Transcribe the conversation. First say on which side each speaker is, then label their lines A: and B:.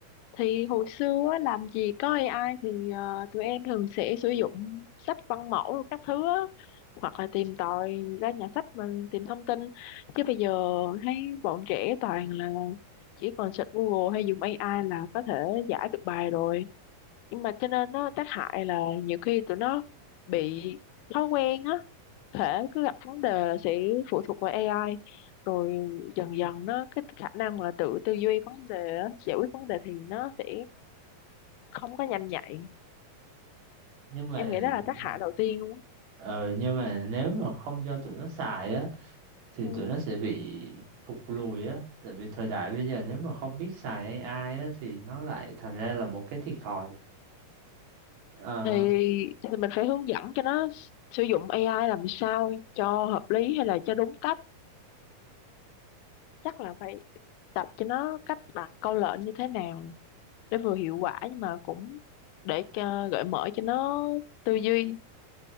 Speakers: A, on the left; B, on the right.
A: thì hồi xưa á, làm gì có AI thì ờ, tụi em thường sẽ sử dụng sách văn mẫu rồi các thứ á hoặc là tìm tòi ra nhà sách mình tìm thông tin chứ bây giờ thấy bọn trẻ toàn là chỉ còn search Google hay dùng AI là có thể giải được bài rồi nhưng mà cho nên nó tác hại là nhiều khi tụi nó bị thói quen á thể cứ gặp vấn đề là sẽ phụ thuộc vào AI rồi dần dần nó cái khả năng mà tự tư duy vấn đề á, giải quyết vấn đề thì nó sẽ không có nhanh nhạy
B: nhưng mà
A: em nghĩ đó là tác
B: ừ,
A: hại đầu tiên luôn á
B: ờ, nhưng mà nếu mà không cho tụi nó xài á thì
A: Ừ.
B: tụi nó sẽ bị thụt lùi á tại vì thời đại bây giờ nếu mà không biết xài AI á thì nó lại thành ra là một cái thiệt thòi Ờ,
A: thì thì mình phải hướng dẫn cho nó s- sử dụng AI làm sao cho hợp lý hay là cho đúng cách chắc là phải tập cho nó cách đặt câu lệnh như thế nào để vừa hiệu quả nhưng mà cũng để cho, gợi mở cho nó tư duy